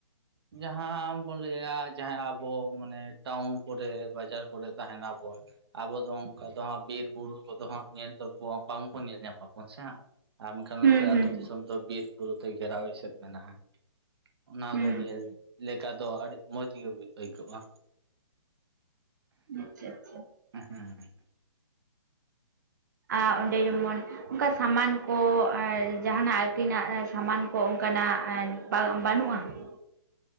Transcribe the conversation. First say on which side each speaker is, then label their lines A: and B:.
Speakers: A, on the right (about 55°); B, on the right (about 40°).
A: ᱡᱟᱦᱟᱸ ᱵᱚᱱ ᱞᱟᱹᱭᱟ ᱡᱟᱦᱟᱸ ᱟᱵᱚ ᱢᱟᱱᱮ ᱴᱟᱣᱩᱱ ᱠᱚᱨᱮ ᱵᱟᱡᱟᱨ ᱠᱚᱨᱮ ᱛᱟᱦᱮᱱᱟ ᱵᱚᱱ, ᱟᱵᱚ ᱫᱚ ᱚᱝᱠᱟ ᱫᱚ ᱦᱟᱸᱜ ᱵᱤᱨ ᱵᱩᱨᱩ ᱠᱚ ᱫᱚ ᱦᱟᱸᱜ ᱧᱮᱞ ᱫᱚ ᱵᱟᱝᱵᱚᱱ ᱧᱮᱞ ᱧᱟᱢᱟᱵᱚᱱ ᱥᱮ ᱦᱟᱸᱜ, ᱟᱨ ᱢᱮᱝᱠᱷᱟᱱ
B: ᱦᱩᱸ
A: ᱱᱚᱛᱮ
B: ᱦᱩᱸ
A: ᱟᱹᱛᱩ ᱫᱤᱥᱚᱢ ᱫᱚ ᱵᱤᱨ ᱵᱩᱨᱩ ᱛᱮ ᱜᱷᱮᱨᱟᱣ ᱮᱥᱮᱫ ᱢᱮᱱᱟᱜ-ᱟ᱾ᱚᱱᱟ
B: ᱦᱩᱸ
A: ᱠᱚ ᱧᱮᱞ ᱞᱮᱠᱟ ᱫᱚ ᱟᱹᱰᱤ ᱢᱚᱡᱽ ᱜᱮ ᱟᱹᱭᱠᱟᱹᱜ-ᱟ᱾
B: ᱟᱪᱪᱷᱟ ᱟᱪᱪᱷᱟ
A: ᱩᱸ ᱦᱩᱸ ᱦᱩᱸ ᱦᱩᱸᱜ
B: ᱟ ᱚᱸᱰᱮ ᱡᱮᱢᱚᱱ ᱚᱱᱠᱟ ᱥᱟᱢᱟᱱ ᱠᱚ ᱡᱟᱦᱟᱱᱟᱜ ᱟᱹᱠᱤᱱᱟᱜ ᱥᱟᱢᱟᱱ ᱠᱚ ᱚᱱᱠᱟᱱᱟᱜ ᱵᱟᱹᱱᱩᱜ-ᱟ᱾ <unintelligible>